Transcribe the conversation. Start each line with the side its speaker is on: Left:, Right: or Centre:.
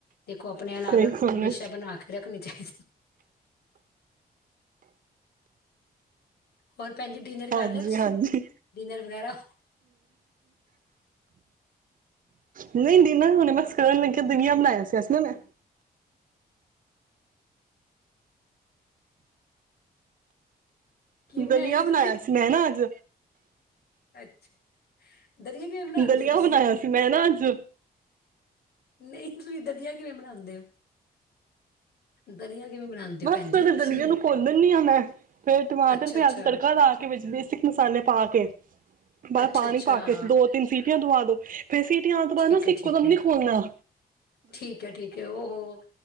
Left: ਦੇਖੋ ਆਪਣਿਆਂ ਨਾਲ
Right: ਸਹੀ ਗੱਲ
Left: ਹਮੇਸ਼ਾ
Right: ਹੈ
Left: ਬਣਾ ਕੇ ਰੱਖਣੀ ਚਾਹੀਦੀ ਹੋਰ ਭੈਣ ਜੀ ਡਿਨਰ ਕਰ
Right: ਹਾਂਜੀ
Left: ਲਿਆ ਤੁਸੀਂ
Right: ਹਾਂਜੀ
Left: ਡਿਨਰ ਵਗੈਰਾ
Right: ਨਹੀਂਦੀ ਨਾ ਹੁਣੇ ਬਸ ਕਰਨ ਲੱਗਿਆ ਦੁਨਆ ਬਣਾਇਆ ਸੀ ਅ ਨਾ
Left: ਕੀ
Right: ਦਲੀਆ
Left: ਸੀ ਤੁਸੀਂ
Right: ਬਣਾਇਆ ਸੀ ਮੈਂ ਨਾ ਅੱਜ
Left: ਅੱਛਾ ਦਲੀਆ ਕਿਵੇਂ ਬਣਾਉਂਦੇ
Right: ਦਲਆ
Left: ਹੋ ਤੁਸੀਂ
Right: ਬਣਾਇਆ ਸੀ ਮੈਂ ਨਾ ਅੱਜ
Left: ਨਹੀਂ ਤੁਸੀਂ ਦਲੀਆ ਕਿਵੇਂ ਬਣਾਉਂਦੇ ਹੋ ਦਲੀਆ ਕਿਵੇਂ ਬਣਾਉਂਦੇ ਹੋ
Right: ਬਸ
Left: ਭੈਣ ਜੀ
Right: ਫਿਰ
Left: ਤੁਸੀਂ
Right: ਦਲੀਆ ਨੂੰ ਭੋਲ ਦਦੀ ਹਾਂ ਮੈਂ ਫੇਿਰ ਟਮਾਟਰ
Left: ਅੱਛਾ
Right: ਪਿਆਜ
Left: ਅੱਛਾ
Right: ਤੇ ਤੜਕਾ ਲਾ ਕੇ ਵਿੱਚ ਬੇਸਿਕ ਮਸਾਲੇ ਪਾ ਕੇ ਬਸ
Left: ਅੱਛਾ
Right: ਪਾਣੀ
Left: ਅੱਛਾ
Right: ਪਾ ਕੇ ਦੋ ਤਿੰਨ ਸੀਟੀਆਂ ਦਵਾ ਦੋ ਫਿਰ ਸੀਟ ਆਉਣ ਤੋਂ
Left: ਠੀਕ
Right: ਬਾਅਦ ਨਾ ਸ
Left: ਹੈ
Right: ਇੱਕਦਮ
Left: ਠੀਕ ਹੈ
Right: ਨੀ ਖੋਦਾ
Left: ਠੀਕ ਹੈ ਠੀਕ ਹੈ ਉਹ